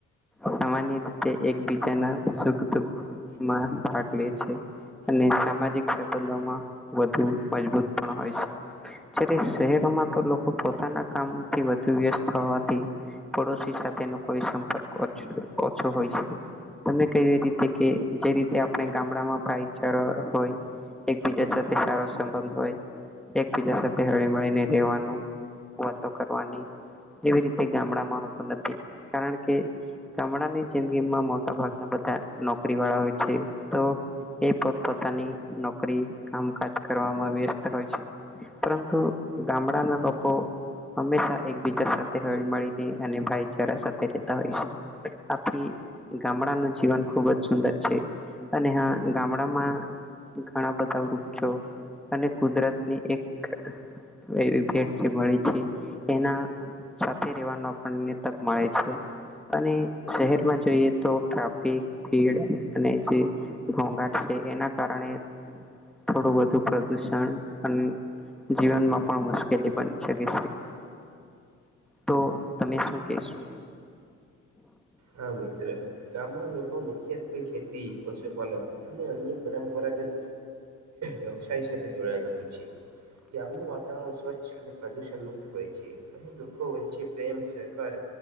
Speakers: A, in the centre; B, on the right.
A: સામાન્ય રીતે એકબીજાના સુખ દુખમાં ભાગ લે છે. અને સામાજિક સંબંધો વધુ મજબૂત પણ હોય છે. શ પોના કામથી વધુ વ્યસ્ત હોવા થોડો સાથે કોઈ સંપર્ક ઓછો હોય છે. તમે કવી રીતે કે જે રીતે આપણે ગામડામાં ભાઈચારો હોય. એકબીજા સાથે સારો સંબંધ હોય એકબીજા સાથે હળી મળીને રહેેવાનું વાતો કરવાની એવી રીતે ગામડા તું નથી કારણ કે ગામડાની જિંદગીમાં મોટા ભાગના બધા નોકરી વાળા હોય છે. તો એ પો પોતાની નોકરી કામકાજ કરવામાં વ્યસ્ત હોય છે. પરંતુ ગામડાના લોકો હંમેશા એકબીજા સાથે હળી મળીને અને ભાઈચારા સાથે હોય છે. આથી ગામડાનું જીવન ખુબ જ સુંદર છે. અને હા ગામડામાં ઘણા બધા વૃક્ષો અને કુદરતની એક એવી ભેટ જે મળી છે. એના સાથે રેવાનો આપણને તક મળે છે. અને શહેરમાં જોઈએ તો ટ્રાફિક ભીડ અને જે ઘોઘાટ છે. એના કારણે થોડું વધુ પ્રદુષણ અને જીવનમાં પણ મુશ્કેલી બની શકે છે. તો તમે શું કેશો
B: હા મિત્ર ગામમાં લોકો મુખ્યત્વે ખેતી પશુપાલન અને અન્ય પરંપરાગત વ્યવસાય કરતા નું વાતવરણ અને પ્રદુષણ મુક્ત હોય છે. અહી લોકો વચ્ચે પ્રેમ સહકાર